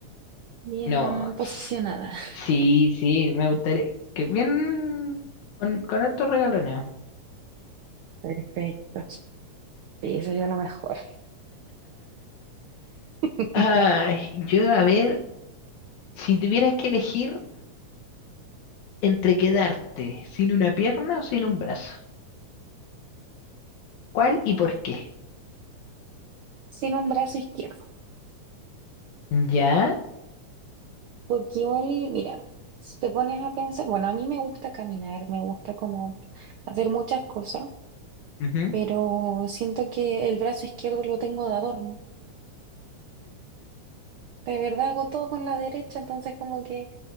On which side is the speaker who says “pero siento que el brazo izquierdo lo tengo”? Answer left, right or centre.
Right